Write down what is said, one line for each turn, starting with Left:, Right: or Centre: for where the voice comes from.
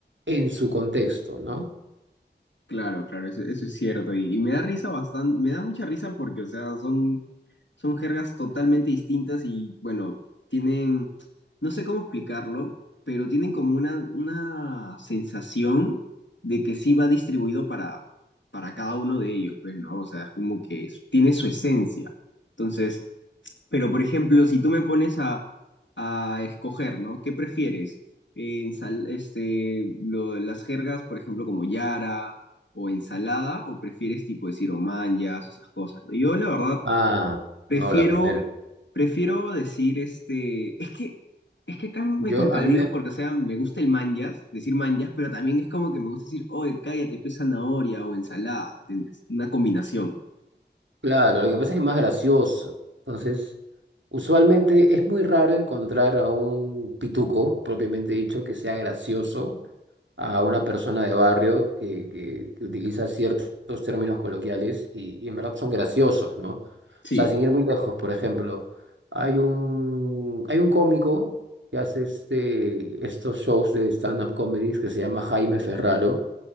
Right: en su contexto, ¿no?
Left: claro, claro, eso, eso es cierto. Y, y me da risa bastante, me da mucha risa porque, o sea, son, son jergas totalmente distintas y, bueno, tienen, no sé cómo explicarlo, pero tienen como una, una sensación de que sí va distribuido para, para cada uno de ellos, pues, ¿no? O sea, es como que s- tiene su esencia. Entonces, Pero, por ejemplo, si tú me pones a, a escoger, ¿no? ¿Qué prefieres? Eh, ensal- este, lo- las jergas, por ejemplo, como yara o ensalada, o prefieres tipo decir omanyas, esas cosas, ¿no? Yo, la verdad,
Right: Ah,
Left: prefiero,
Right: no, la primera.
Left: prefiero decir este. Es que, es que acá me
Right: Yo,
Left: contradigo
Right: a mí me,
Left: porque, o sea, me gusta el manjas, decir manjas, pero también es como que me gusta decir, oye, cállate, pues zanahoria o ensalada, ¿entiendes? Una combinación.
Right: claro, lo que pasa es que es más gracioso. Entonces, usualmente es muy raro encontrar a un pituco, propiamente dicho, que sea gracioso a una persona de barrio que, que- que utiliza ciertos términos coloquiales y, y en verdad son graciosos, ¿no? O
Left: Sí,
Right: sea, sin ir muy lejos, por ejemplo, hay un, hay un cómico que hace este, estos shows de stand-up comedies que se llama Jaime Ferraro,